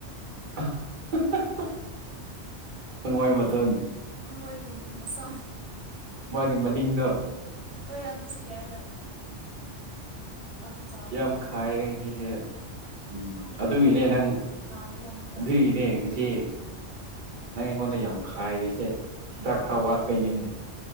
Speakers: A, on the right; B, on the right.
A: <unintelligible> ꯍꯪꯉꯣꯏ ꯃꯊꯨꯟ
B: ꯍꯪꯉꯣꯏꯒꯤ ꯃꯁꯝ
A: ꯃꯥꯒꯤ ꯃꯅꯤꯡꯗ
B: ꯍꯣꯏ ꯑꯗꯨꯁꯨ ꯌꯥꯏ ꯍꯣꯏ ꯑꯗꯨ ꯆꯥꯕꯅꯦ
A: ꯌꯥꯝ ꯈꯥꯏꯔꯦ ꯉꯁꯤꯁꯦ ꯎꯝ
B: ꯅꯪꯁꯨ
A: ꯑꯗꯨꯒꯤꯅꯦ
B: ꯈꯥꯏꯔꯛꯑꯣ
A: ꯅꯪ
B: ꯇꯥꯒꯦ ꯑꯝꯇ
A: ꯑꯗꯨꯒꯤꯅꯦ ꯉꯁꯤ ꯅꯪ ꯑꯩꯉꯣꯟꯗ ꯌꯥꯝ ꯈꯥꯏꯔꯤꯁꯦ ꯍꯤꯗꯥꯛ ꯈꯔ ꯋꯥꯠꯄꯩꯅꯤꯅꯦ